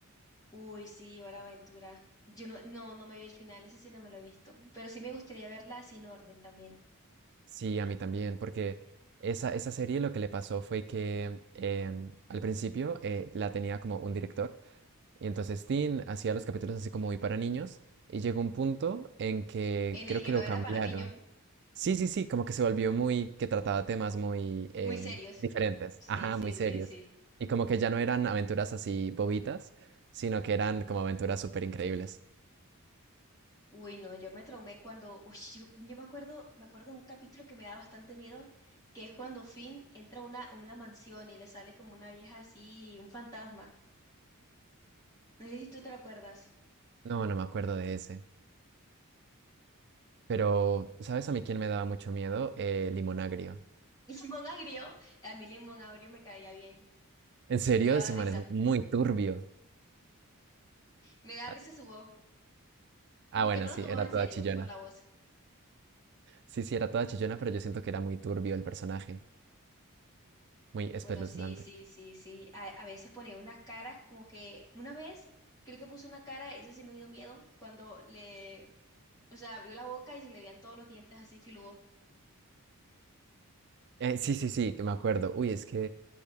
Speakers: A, on the left; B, on the right.
A: Uy, sí, Hora de Aventura. Yo no, no, no me vi el final, ese sí no me lo he visto. Pero sí me gustaría verla sin orden también.
B: Sí, a mí también, porque esa, esa serie lo que le pasó fue que em, al principio eh, la tenía como un director, y entonces Tim hacía los capítulos así como muy para niños, y llegó un punto en que
A: En
B: creo
A: el que
B: que
A: no
B: lo
A: era
B: cambiaron.
A: para niños,
B: Sí, sí, sí, como que se volvió muy, que trataba temas muy
A: <laughs>
B: eh,
A: muy serios.
B: diferentes,
A: Sí,
B: ajá,
A: sí,
B: muy serios,
A: sí, sí.
B: y como que ya no eran aventuras así bobitas, sino que eran como aventuras súper increíbles.
A: Uy, no, yo me traumé cuando, uy, yo, yo me acuerdo, me acuerdo de un capítulo que me da bastante miedo, que es cuando Finn entra a una, a una mansión y le sale como una vieja así, un fantasma. No sé si tú te lo acuerdas.
B: No, no me acuerdo de ese, pero ¿sabes a mí quién me daba mucho miedo? Eh, Limón Agrio.
A: <laughs> Limón agrio, a mí Limón agrio me caía bien,
B: En serio,
A: me daba
B: ese
A: risa,
B: man es muy turbio.
A: me daba
B: Ah,
A: risa su voz,
B: ah,
A: como
B: bueno,
A: que no lo
B: sí,
A: tomaba
B: era
A: en
B: toda
A: serio
B: chillona.
A: por la voz.
B: Sí, sí, era toda chillona, pero yo siento que era muy turbio el personaje, muy espeluznante.
A: Bueno, sí, sí, sí, sí, a, a veces ponía unas caras, como que una vez creo que puso una cara, eso sí me dio miedo, cuando le, o sea, abrió la boca y se le veían todos los dientes así filudos.
B: Eh, sí, sí, sí, que me acuerdo. Uy, es que,